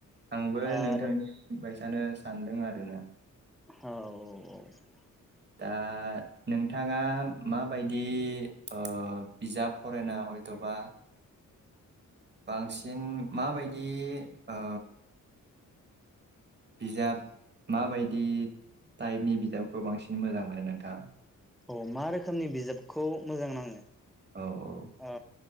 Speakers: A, on the right; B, in the centre.
A: आंबो
B: आरो
A: नोंथांनि <unintelligible> जानो सानदों आरोना।
B: औ औ।
A: दा नोंथाङा माबायदि ओ बिजाब फरायना हयथ'बा बांसिन माबायदि ओ बिजाब माबायदि टाइपनि बिजाबखौ बांसिन मोजां मोनो नोंथाङा?
B: औ मा रोखोमनि बिजाब खौ मोजां नाङो?
A: औ औ।
B: ओ